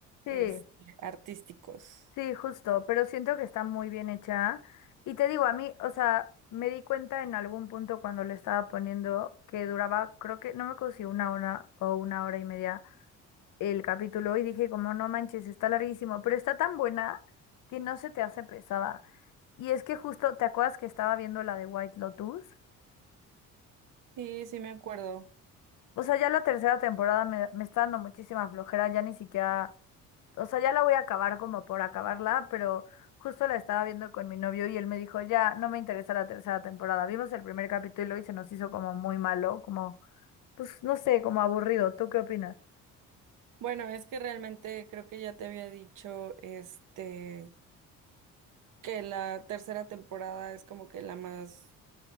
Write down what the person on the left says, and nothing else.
Sí,
sí, justo, pero siento que está muy bien hecha. Y te digo, a mí, o sea, me di cuenta en algún punto cuando le estaba poniendo que duraba, creo que, no me acuerdo si una hora o una hora y media el capítulo y dije como, no manches, está larguísimo, pero está tan buena que no se te hace pesada. Y es que justo, ¿te acuerdas que estaba viendo la de White Lotus?
O sea, ya la tercera temporada me, me está dando muchísima flojera, ya ni siquiera, o sea, ya la voy a acabar como por acabarla, pero justo la estaba viendo con mi novio y él me dijo, ya, no me interesa la tercera temporada. Vimos el primer capítulo y se nos hizo como muy malo, como, pues no sé, como aburrido. ¿Tú qué opinas?